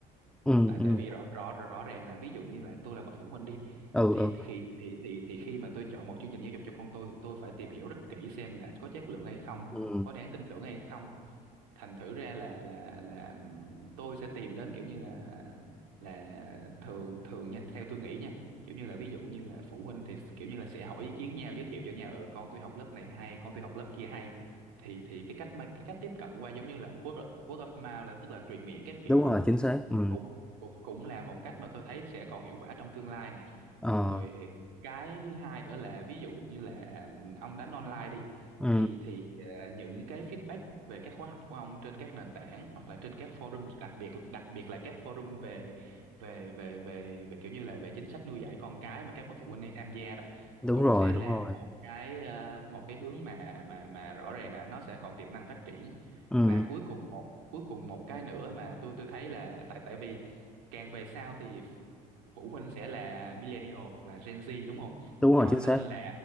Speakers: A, in the centre; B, on the right.
A: ừ
B: tại
A: ừ
B: tại vì rõ rõ rõ, rõ ràng là ví dụ như là tôi là bậc phụ huynh đi
A: ừ
B: thì
A: ừ
B: khi thì thì thì khi mà tôi chọn một chương trình giáo dục cho con tôi thì tôi phải tìm hiểu rất kỹ xem là có chất lượng hay không
A: ừ.
B: có đáng tin tưởng hay không thành thử ra là là là tôi sẽ tìm đến kiểu như là là thường thường nha theo tôi nghĩ nha kiểu như là ví dụ như là phụ huynh thì kiểu như là sẽ hỏi ý kiến nhau giới thiệu cho nhau ừ con tôi học lớp này hay con tôi học lớp kia hay thì thì cái cách mà cái cách tiếp cận qua giống như là word, word of mouth là tức là truyền miệng các kiểu
A: đúng rồi
B: á
A: chính xác
B: thì
A: ừ
B: cũng cũng cũng là một cách mà tôi thấy sẽ còn hiệu quả trong tương lai này
A: ờ
B: rồi cái thứ hai nữa là ví dụ như là ông đánh online đi
A: ừ
B: thì thì ờ, những cái feedback về các khóa học của ông trên các nền tảng hoặc là trên các forum đặc biệt đặc biệt là các forum về về về về về kiểu như là về chính sách nuôi dạy con cái mà các bậc phụ huynh hay tham gia đó
A: đúng
B: cũng
A: rồi
B: sẽ
A: đúng
B: là
A: rồi
B: một cái ờ, một cái hướng mà mà mà rõ ràng là nó sẽ còn tiềm năng phát triển
A: ừ
B: và cuối cùng một cuối cùng một cái nữa mà tôi tôi thấy là tại tại vì càng về sau thì phụ huynh sẽ là millennial hoặc là Gen Z đúng không?
A: đúng
B: Cho
A: rồi chính
B: nên
A: xác
B: là